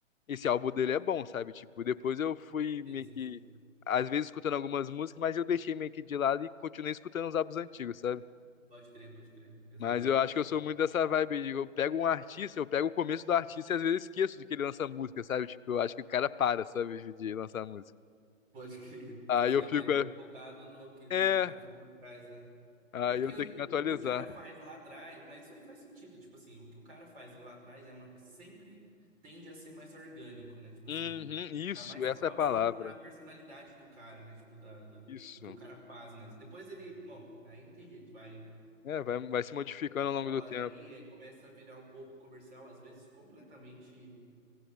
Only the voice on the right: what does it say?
sim, sim,
sim.
Pode crer, pode crer, exato.
Pode crer, porque
fica
mais
focado no que, no
que o cara foi por trás, né?
É porque
o,
o que o cara faz lá atrás, mas isso aí faz sentido, tipo assim, o que o cara faz lá atrás é ma- sempre tende a ser mais orgânico, né? Tipo assim,
tá mais
próximo
da personalidade do cara, né? Tipo, da, da-
do que o cara faz mesmo. Depois ele, bom, aí não tem jeito, vai,
estoura
aí, aí começa a virar um pouco comercial, às vezes completamente,